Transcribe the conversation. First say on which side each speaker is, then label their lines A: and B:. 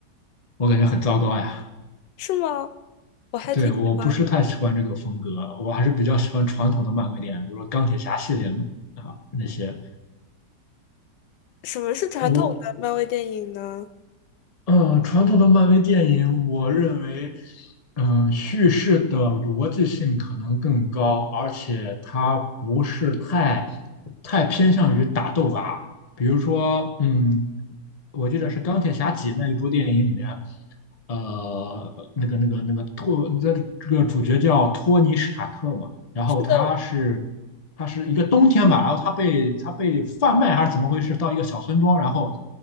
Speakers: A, on the left (about 25°); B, on the left (about 80°).
A: 我感觉很糟糕呀。
B: 是吗？我还挺喜欢的
A: 对，我不是太喜欢这个风格，我还是比较喜欢传统的漫威电影，比如说钢铁侠系列啊那些。
B: 什么是传统的漫威电影呢？
A: 我嗯，传统的漫威电影，我认为，嗯，叙事的逻辑性可能更高，而且它不是太太偏向于打斗吧。比如说，嗯，我记得是《钢铁侠几》那一部电影里面，呃，那个那个那个托，这这个主角叫托尼·史塔克嘛，然后他是。
B: 是的，
A: 它是一个冬天吧，然后它被它被贩卖还是怎么回事？到一个小村庄，然后